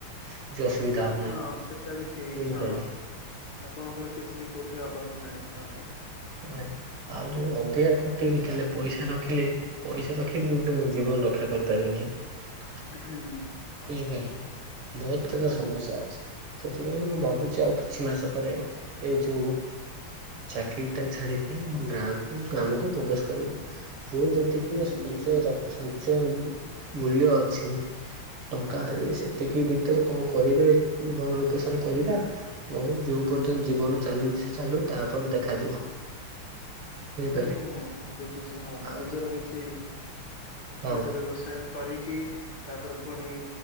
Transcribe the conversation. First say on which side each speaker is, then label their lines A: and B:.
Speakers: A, on the right; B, on the left.
A: କିଛି ଅସୁବିଧା ହବ
B: ହଁ
A: ନାହିଁ
B: ସେଟା ବି ଠିକ
A: ବୁଝିପାରିଲେ
B: ହଁ। ଆପଣଙ୍କର କିଛି ବି କୋଉଥିରେ ଅଭାବ ନାହିଁ ହଁ।
A: ନାଇଁ ଆଉ ଯଦି ଅଧିକା ଖଟିବି ତାହେଲେ ପଇସା ରଖିଲେ ପଇସା ରଖି ମ ମୋ ଜୀବନ ରକ୍ଷା କରିପାରିବି ନାହି।
B: ହୁଁ।
A: ବୁଝିପାରିଲି ବହୁତ
B: ହୁଁ
A: ପ୍ରକାର
B: ହୁଁ
A: ସମସ୍ୟା ଅଛି। ସେଥିପାଇଁ ମୁଁ ଭାବୁଛି ଆଉ କିଛି ମାସ ପରେ ଏଇ ଯୋଉ ଚାକିର ଟା ଛାଡିକି ଗାଁକୁ ଗ୍ରାମକୁ ପ୍ରବେଶ କରିବି। ଯିଏ ଯେତିକି
B: ହୁଁ।
A: ସଞ୍ଚୟ ଦବ ସଞ୍ଚୟ ଉ-ଉ-ମ୍-ମ୍ ମୂଲ୍ୟ ଅଛି। ଟଙ୍କାରେ ସେତିକି ଭିତରେ କଣ କରିବେ ଭରଣ ପୋଷଣ କରିବା। ନହେଲେ ଯୋଉ
B: ହୁଁ
A: ପର୍ଯ୍ୟନ୍ତ ଜୀବନ ଚାଲୁଛି ଚାଲୁ ତାପରେ ଦେଖାଯିବ। ବୁଝିପାରିଲେ।
B: ହୁଁ ହୁଁ ବୁଝୁଛି ହଁ
A: ଆଉ
B: ନିଜର କିଛି
A: ହଁ
B: ଗୋଟେ ବ୍ୟବସାୟ କରି କି ତାପରେ ପୁଣି